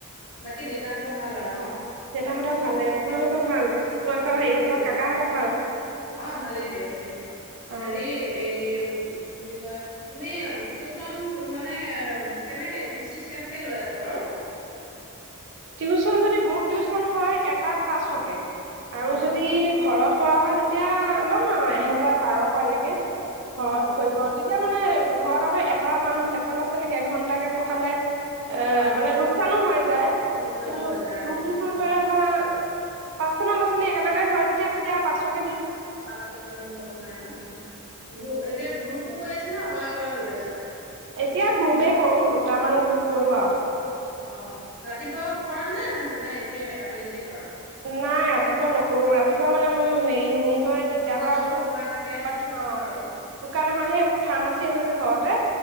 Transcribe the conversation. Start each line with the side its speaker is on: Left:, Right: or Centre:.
Left: বাকী দেউেতাহঁতৰ ভাল আৰু ন।
Right: দেতাহঁতৰ ভালে। তোমালোকৰ ভাল? তোমালোকৰ
Left: অ
Right: হেৰিহঁতৰ
Left: ভালেই দিয়া,
Right: কাকাহঁতৰ ভাল
Left: অ ভালেই দিয়া ভালেই।
Right: অ
Left: হেৰি এই কি বুলি কয়, তুমি টিউচন মানে কেনেকে, ফিজ চিজ কেনেকে লৈ আছা বাৰু?
Right: টিউচন যদি গ্ৰুপ টিউচন হয়, এটাত পাঁচশ কে। আৰু
Left: অ
Right: যদি ঘৰত কৰা হয় তে এতিয়া ল'ম আৰু এহেজাৰ বাৰশ এনেকে ঘৰত
Left: অ
Right: কৰিব
Left: অ
Right: তেতিয়া মানে ঘৰত হয় এটা মানুহ এটা ল'ৰা -ছোৱালীক এঘন্টাকে পঢ়ালে এহ
Left: অ
Right: মানে লোকচানো হৈ যায়
Left: লোকচানো
Right: কিন্ত
Left: হৈ যায়
Right: গ্ৰুপ
Left: উম
Right: টিওচন কৰিলে ভাল পাৰ, পাঁচটামান ল'ৰা -ছোৱালী একেলগে হয় যেতিয়া তেতিয়া পাছত
Left: পাঁচৰ কথা নাই, উম গ‌‌ও এতিয়া গ্ৰুপো কৈ আছে নহ অকলে অকলে কৰি আছা।
Right: এতিয়া গ্ৰুপে কৰো দুটামান গ্ৰুপ কৰো আৰু
Left: অহ ৰাতিপুৱাও কৰা নে? নাই এতিয়াই আবেলিতেই কৰা
Right: নাই ৰাতিপুৱা নকৰো ৰাতিপুৱা মানে মোৰ হেৰি নি নিশ্চয় দিগদাৰ
Left: নিজৰো
Right: হয়বা??
Left: পঢ়া থাকে সেইটো
Right: অহ
Left: হয় বাৰু
Right: দোকানখনহে ফাৰ্মাচী আছে যে ঘৰতে